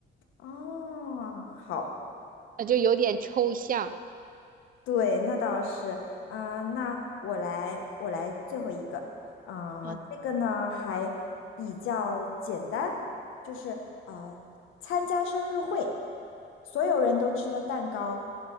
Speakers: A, on the left; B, on the right.
A: 哦，好，
B: 那就有点抽象
A: 对，那倒是，嗯、那我来，我来最后一个，嗯、
B: 啊。
A: 这个呢还比较简单，就是呃，参加生日会，所有人都吃了蛋糕，